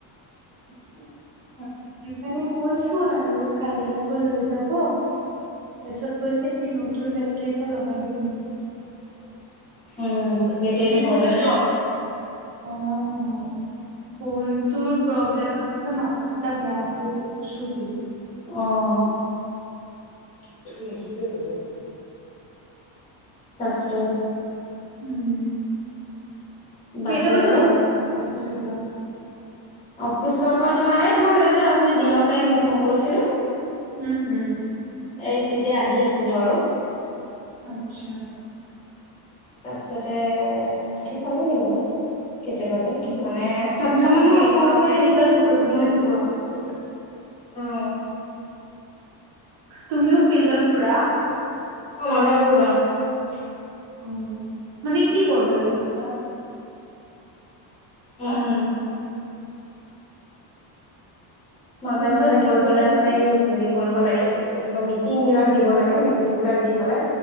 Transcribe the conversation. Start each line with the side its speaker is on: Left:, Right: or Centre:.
Left: <inaudible>
Right: সেইকাৰণে কৈছো আৰু কালি আকৌ লৈ যাব তাৰছত কৈছে ই নতুন বেটৰী এটা লগাই দিম <unintelligible>
Left: উম, বেটৰি প্ৰব্লেম
Right: অ <unintelligible> ফোনটোৰ প্ৰব্লেম আছে মাথা সঠা বেয়া হৈ যায়
Left: আহবি <unintelligible> পাতে
Right: উম, কেইটা
Left: বাকী
Right: বজাত
Left: আৰু
Right: অফিচত
Left: অফিচৰ পৰা তোমাৰ এই তোমাৰ যে অ', দিনতে মই ফোন কৰিছিলো
Right: উম, উম।
Left: এই তেতিয়া আহি আছিলো আৰু
Right: আচ্ছা <unintelligible>
Left: তাৰপিছতে আহি পালোহি বাৰু <unintelligible> কেতিয়া বাতে
Right: উম,
Left: মানে
Right: তুমিও
Left: সাতটা মানৰ
Right: ফিল
Left: ওচৰা-ওচৰি
Right: অ ফিল্ডত ঘূৰা নেকি?
Left: অ',।
Right: তুমিও ফিল্ডত ঘূৰা?
Left: অ', মাজে, মাজে যাও <unintelligible>
Right: উ, মানে কি কৰিব লাগিব তাত
Left: উম। <unintelligible> মাজে,
Right: ফিল্ডত
Left: মাজে
Right: কি
Left: গৈ
Right: কৰিব
Left: পেলে
Right: লাগে?
Left: মানে এই হেৰি কৰিব লাগেিব মিটিং বিলাক দিব লাগে মিটিং বিলাক দি পেলাই